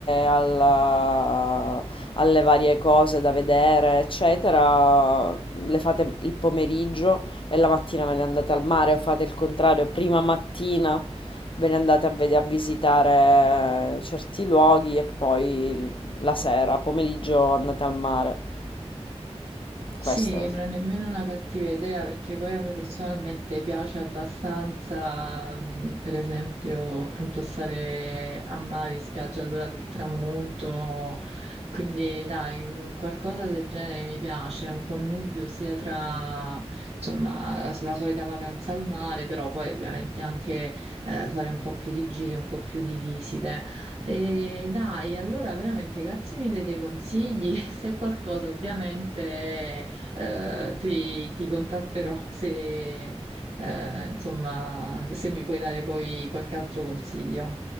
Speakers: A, on the left (about 50°); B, on the right (about 70°).
A: alla- alle varie cose da vedere, eccetera, le fate il pomeriggio e la mattina ve ne andate al mare o fate il contrario, prima mattina ve ne andate a, vede- a visitare certi luoghi e poi l- la sera, pomeriggio andate al mare. Questo
B: Sì,
A: è...
B: non è nemmeno una cattiva idea perché poi a me personalmente piace abbastanza, mh, per esempio, appunto stare a mare, in spiaggia all'ora del tramonto, quindi dai, mh, qualcosa del genere mi piace, un connubio sia tra, insomma, la, la solita vacanza al mare, però poi ovviamente anche eh, fare un po' più di giri, un po' più di visite. E dai, allora veramente grazie mille dei consigli. <laughs> Se qualcosa ovviamente eh, ti, ti contatterò se, eh, insomma, se mi puoi dare poi qualche altro consiglio.